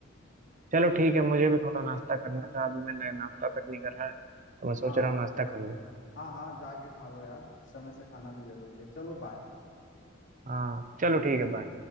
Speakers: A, on the right; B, on the left.
A: चलो ठीक है मुझे भी थोड़ा नाश्ता करना था अभी मैंने नाश्ता तक नहीं करा है तो मैं
B: हाँ
A: सोच रहा हूँ नाश्ता कर लूँ
B: हाँ हाँ जाके खा लो यार समय से खाना भी जरूरी है चलो बाय
A: हाँ चलो ठीक है बाय